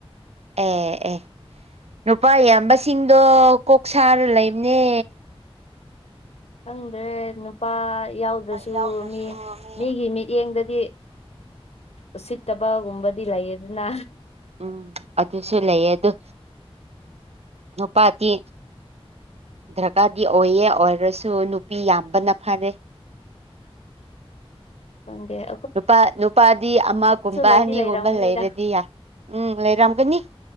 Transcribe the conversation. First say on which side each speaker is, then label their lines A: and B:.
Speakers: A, on the right (about 80°); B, on the left (about 85°).
A: ꯑꯦ ꯑꯦ ꯅꯨꯄꯥ ꯏꯌꯥꯝꯕꯁꯤꯡꯗꯣ ꯀꯣꯛꯁꯔ ꯂꯩꯕꯅꯦ
B: ꯈꯪꯗ꯭ꯔꯦ ꯅꯨꯄꯥ ꯌꯥꯎꯗ꯭ꯔꯁꯨ
A: ꯌꯥꯎꯗ꯭ꯔꯁꯨ
B: ꯃꯤ
A: ꯃꯤ
B: ꯃꯤꯒꯤ ꯃꯤꯠꯌꯦꯡꯗꯗꯤ ꯎꯁꯤꯠꯇꯕꯒꯨꯝꯕꯗꯤ ꯂꯩꯌꯦꯗꯅ
A: ꯎꯝ ꯑꯗꯨꯁꯨ ꯂꯩꯌꯦ ꯑꯗꯨ ꯅꯨꯄꯥꯇꯤ ꯗꯔꯀꯥꯔꯗꯤ ꯑꯣꯏꯌꯦ ꯑꯣꯏꯔꯁꯨ ꯅꯨꯄꯤ ꯌꯥꯝꯕꯅ ꯐꯔꯦ
B: ꯍꯗꯦ
A: ꯅꯨꯄꯥ ꯅꯨꯄꯥꯗꯤ ꯑꯃꯒꯨꯝꯕ
B: ꯂꯩꯗꯤ
A: ꯑꯅꯤꯒꯨꯝꯕ
B: ꯂꯩꯔꯝꯒꯅꯤꯗ
A: ꯂꯩꯔꯗꯤ ꯌꯥꯏ ꯎꯝ ꯂꯩꯔꯝꯒꯅꯤ